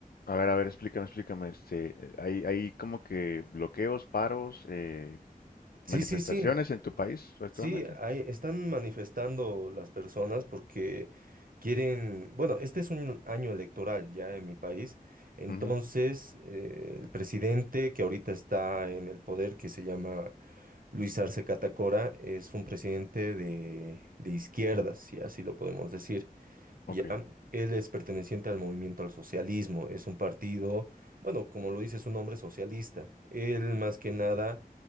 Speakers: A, on the left; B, on the right.
A: A ver, a ver, explícame, explícame. Este, eh, hay, hay como que bloqueos, paros, eh,
B: Sí,
A: manifestaciones
B: sí, sí,
A: en tu país actualmente.
B: sí, ahí están manifestando las personas porque quieren, bueno, este es un año electoral ya en mi país, entonces
A: Ujú,
B: eh, el presidente que ahorita está en el poder, que se llama Luis Arce Catacora, es un presidente de, de izquierdas, si así lo podemos decir. Ya,
A: ok,
B: él es perteneciente al movimiento al socialismo, es un partido, bueno, como lo dice su nombre, socialista. Él más que nada